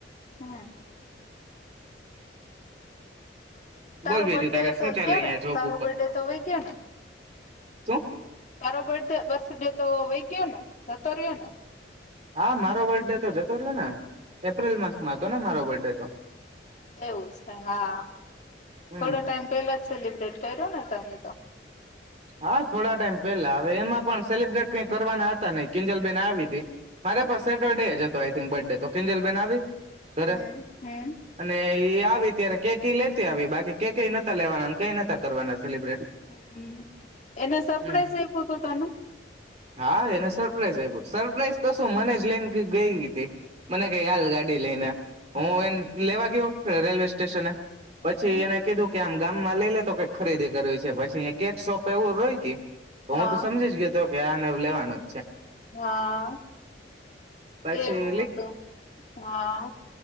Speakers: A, on the left; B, on the right.
A: હહમ્મ તારો
B: બોલ બીજું
A: બર્થડે
B: તારે શું
A: તો
B: ચાલે
A: ક્યારે,
B: અહિયાં જોબ
A: તારો બર્થડે તો વહી ગયો ને.
B: શુ
A: તારો બર્થ બર્થડે તો વહી ગયો ને જતો રહ્યો ને
B: હા, મારો બર્થડે તો જતો રહયો ને, એપ્રિલ મન્થ માં હતો ને મારો બર્થડે તો.
A: એવું છે હા,
B: હમ
A: થોડા ટાઈમ પેલા જ સેલિબ્રેટ કર્યો ને તમે તો
B: હા, થોડા ટાઈમ પેલા હવે એમાં પણ સેલિબ્રેટ કઈ કરવાના હતા ને કિંજલ બેેન આવી હતી. મારે
A: હમ
B: પણ સેટરડે હતો તો આયથીગ બર્થડે તો કિંજલ બેન આવી. ઘરે
A: હમ હમ.
B: અને એ આવે ત્યારે કેક એ લેતી આવે. બાકી કેક નતા લેવાના, કઈ નતા કરવાના સેલિબ્રેટ.
A: હમ, એને સરપ્રાઈઝ
B: હમ.
A: આપ્યું તું તને?
B: હા, એને સરપ્રાઈઝ આપ્યો. સરપ્રાઈઇઝ તો શું મને જ લઈને ગઈ તી. મને કઈ હાલ ગાડી લઈને. હું એન
A: હ
B: લેવા ગયો. રેલ્વે સ્ટેશને પછી
A: હમ
B: એને કીધું કે આમ ગામમાં લઈ લે તો કઈ ખરીદી કરવી છે. પછી કેક સોપ એવું રોયકી
A: હા
B: હું તો સમજી જ ગયો તો કે આને અવ લેવાનું
A: હા,
B: પછી
A: એવું હતું હા